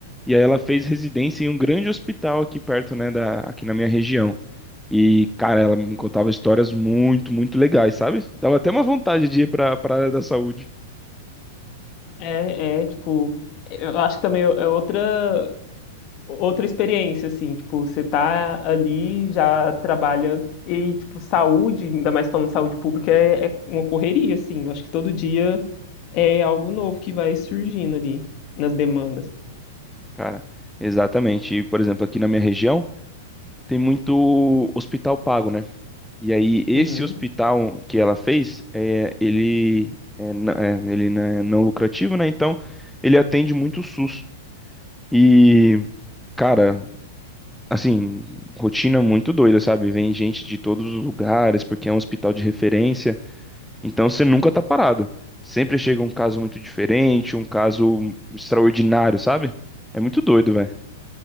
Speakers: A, in the centre; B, on the left.
A: e aí ela fez residência em um grande hospital aqui perto, né, da, aqui na minha região. E, cara, ela me contava histórias muito, muito legais, sabe? Dava até uma vontade de ir para para área da saúde,
B: É, é, tipo, eu acho que também é outra. outra experiência, assim, tipo, você tá ali já trabalhando e, tipo, saúde, ainda mais falando de saúde pública, é, é uma correria, assim. Eu acho que todo dia é algo novo que vai surgindo ali nas demandas.
A: cara. Exatamente. E, por exemplo, aqui na minha região tem muito hospital pago, né? E aí, esse
B: Uhum.
A: hospital que ela fez, é, ele, é, na- é, ele não é não lucrativo, né? Então, ele atende muito o SUS. E, cara, assim, rotina muito doida, sabe? Vem gente de todos os lugares, porque é um hospital de referência. Então, você nunca tá parado. Sempre chega um caso muito diferente, um caso extraordinário, sabe? É muito doido, velho.